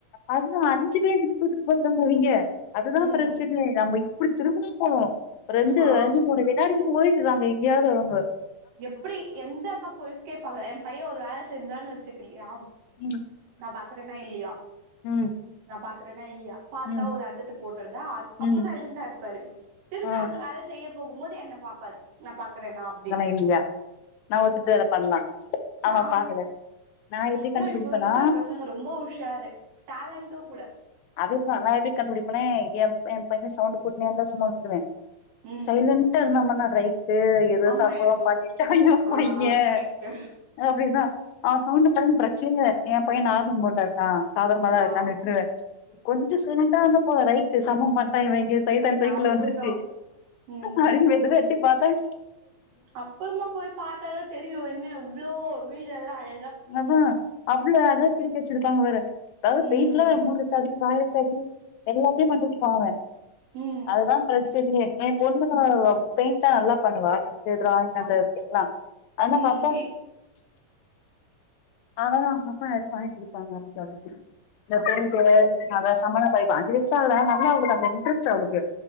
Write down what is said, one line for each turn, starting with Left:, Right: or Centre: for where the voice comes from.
Left: அதுதான் அஞ்சு பேர் நின்னு கூடுத்துட்டு போயிறாங்கவங்க அதுதான்
Right: ம்
Left: பிரச்சனை நம்ம இப்படி திரும்பமா போனோம் ரெண்டு
Right: ஆ
Left: ரெண்டு மூணு வினாடிகள் போயிட்டு நாங்க எங்கேயாவது வங்க
Right: எப்படி எந்த பக்க எஸ்கேப் ஆகுற என் பையன் ஒரு வேலை செஞ்சான் வச்சுக்கேன் யார்
Left: ம்,
Right: நான் பாக்கறேனா இல்லையா
Left: ம்,
Right: நான் பாக்கன் இல்லையா பார்த்தா
Left: ம்,
Right: ஒரு அதட்டு போட்டாதா அப்போ
Left: ம்.
Right: சைலன்டா இருப்பாரு திரும்பி
Left: ஆ,
Right: அந்த வேலை செய்யப் போகும்போது என்ன பாப்பர் நான் பாக்கறேனா அப்படி
Left: நா ஒத்துட்டு வேலை பண்ணலாம் ஆமா
Right: ஆ
Left: பாக்கல நா எப்படி
Right: ஆனா
Left: கண்டுபிடிப்பனா
Right: இப்போ இருக்கிற பசங்க ரொம்ப உஷாரு டேலண்ட்டு கூட
Left: எப்படி கண்டுபிடிப்பேனே எ என் பசங்க சவ்ண்ட் போட்டுட்டு வந்த சும்மா விட்டிடுவேன்
Right: ம்
Left: சைலன்டா இருந்தன்னா ரை ஏதோ
Right: ஆமா
Left: சம்பவம்
Right: ஏதோ
Left: பண்ணிட்டான் என்
Right: ஆ
Left: பையன்
Right: கரெக்ட்டு
Left: அப்படிதான் கவுண்ட படந்து பிரச்ச என் பையன் நார் மூடுல இருக்கான் சாதாரமாதான்
Right: ஆ
Left: இருக்கான்னு விட்டிடுவேன் கொஞ்சம் சைலண்டா வந்து போ ரைட் சம்பவாம் பன்னிட்ட இவேங்கேஸ் சைதான் சைக்கிள்ல
Right: அவ்ளோதா
Left: வந்துருச்சு
Right: ம்
Left: அப்படின்னு எஸ்கேப் படண்
Right: அப்புறமா போய் பார்த்தாதான் தெரியும் என்ன எவ்வளோ வீடெல்லாம் அழ
Left: ஆமா அவ்வளோ அதான் திரி வச்சிருப்பாங்க வேற அதாவது
Right: ம்
Left: பெய்ட்டுல மூணு வாயத்தண்ணி எல்லாத்தையும் பண்ணிருப்பா அவன்
Right: ம்
Left: அதுதான் பிரச்ச சரி என் பொண்ணு பெயிண்டா நல்லா பண்ணுவா சொல்லா
Right: ஆ
Left: அந்த எல்லாம் ஆனா
Right: ம்
Left: பத்த அததா அப்பா எதையு வாங்கி கொடுத்தாங்க <unintelligible> இந்த
Right: அப்டிங்களா
Left: பெ
Right: சரி சரி
Left: அத சம்மான கைவிட்டு அஞ்சலி <unintelligible> நல்லா அவளுக்கு அதல இன்ட்ரெஸ்ட் அவளுக்கு